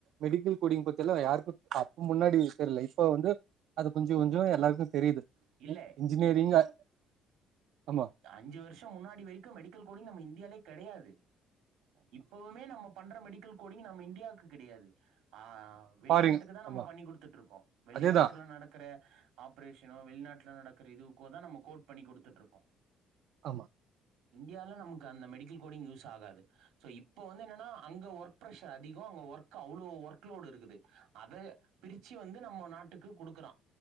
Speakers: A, on the right; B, on the right.
A: மெடிக்கல் கோடிங் பத்தில்லா யாருக்கு அப்ப முன்னாடி தெர்ல இப்ப வந்து அது கொஞ்ச கொஞ்ச எல்லாருக்கு தெரியுது
B: இல்ல
A: இன்ஜினியரிங் அ ஆமா
B: ந்த அஞ்சு வருஷம் முன்னாடி வரைக்கு மெடிக்கல் கோடிங் நம்ம இந்தியாலே கெடையாது இப்பவு மே நம்ம பண்ற மெடிக்கல் கோடிங் நம்ம இண்டியாக்கு கெடையாது ஆ வெளிநாட்டுக்கு
A: பாரிங்
B: தா நம்ம
A: ஆமா.
B: பண்ணி குடுத்துட்ருக்குறோ வெளிநாட்ல
A: அதேதான்.
B: நடக்குற ஆப்ரேஷனோ வெளிநாட்ல நடக்கற இதுவுக்கோ தா நம்ம கோட் பண்ணி குடுத்துட்ருக்கோ
A: ஆமா
B: இண்டியால நமக்கு அந்த மெடிக்கல் கோடிங் யூஸ் ஆகாது சோ இப்ப வந்து என்னனா அங்க ஒர்க் ப்ரஷர் அதிகோ அங்க ஒர்க் அவ்ளோ ஒர்க்லோடு இருக்குது அத பிரிச்சு வந்து நம்ம நாட்டுக்கு குடுக்குறா